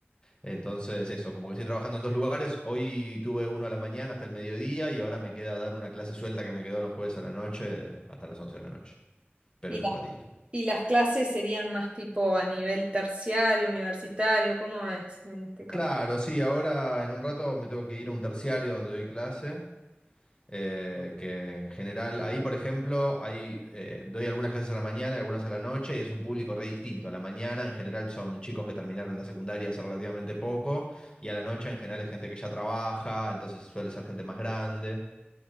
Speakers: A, on the left (about 25°); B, on the right (about 30°).
A: Entonces, eso, como que estoy trabajando en dos lugares. Hoy tuve uno a la mañana hasta el mediodía y ahora me queda dar una clase suelta que me quedó los jueves a la noche hasta las 11 de la noche. Pero
B: ¿Y
A: es
B: las,
A: un ratito.
B: y las clases serían más tipo a nivel terciario, universitario? ¿Cómo es en este caso?
A: Claro, sí, ahora en un rato me tengo que ir a un terciario donde doy clase Eh, que en general, ahí por ejemplo, hay, eh, doy algunas clases a la mañana y algunas a la noche y es un público re distinto. A la mañana en general son chicos que terminaron la secundaria hace relativamente poco y a la noche en general es gente que ya trabaja, entonces suele ser gente más grande,